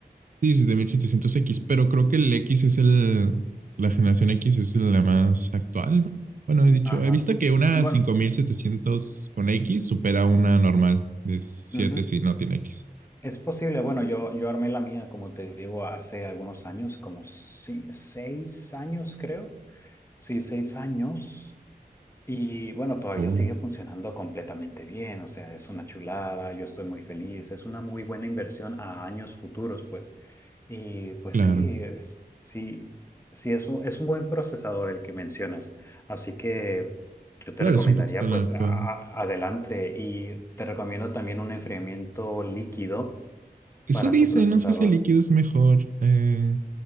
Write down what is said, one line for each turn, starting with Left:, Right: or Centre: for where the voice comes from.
Right: Sí, 7700X, pero creo que el X es el, la generación X es la más actual, ¿no? Bueno, he dicho,
Left: Ajá.
Right: he visto que una
Left: Bueno,
Right: cinco mil setecientos con X supera una normal de siete
Left: ujú.
Right: si no tiene X.
Left: Es posible. Bueno, yo, yo armé la mía, como te digo, hace algunos años, como si- seis años, creo. Sí, seis años. Y bueno, todavía
Right: Uy,
Left: sigue funcionando completamente bien, o sea, es una chulada, yo estoy muy feliz, es una muy buena inversión a años futuros, pues. Y pues
Right: claro,
Left: sí, es, sí, sí es un, es un buen procesador el que mencionas, así que yo te
Right: claro,
Left: recomendaría
Right: es un poquito
Left: pues
Right: la actual.
Left: a- a- adelante y te recomiendo también un enfriamiento líquido
Right: Eso
Left: para
Right: dice,
Left: tu procesador.
Right: no sé si el líquido es mejor, eh,